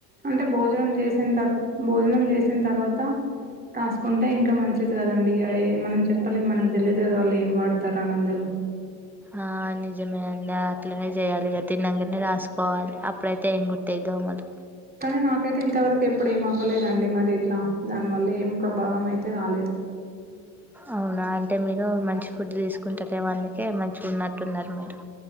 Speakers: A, on the right (about 20°); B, in the centre.
A: అంటే భోజనం చేసిన తర్వా భోజనం చేసిన తర్వాత రాసుకుంటే ఇంకా మంచిది. కదండి ఇగ మనం చెప్పలేం మనకు తెలియదు వాళ్ళు ఏం వాడతారు అనిఅందులో
B: ఆ నిజమే అండి అట్లనే చేయాలి ఇగ తిన్నా అన్నీ రాసుకోవాలి అప్పుడైతే ఎంగుట్టే దోమలు
A: కానీ నాకైతే ఇంతవరకు ఎప్పుడు ఏమవ్వలేదండి, మరి ఇట్లా దానివల్ల ఏం ప్రభావం అయితే రాలేదు,
B: అవునా అంటే మీరు మంచి ఫుడ్ తీసుకుంటరెమో అందుకే మంచిగా ఉన్నట్టున్నారు మీరు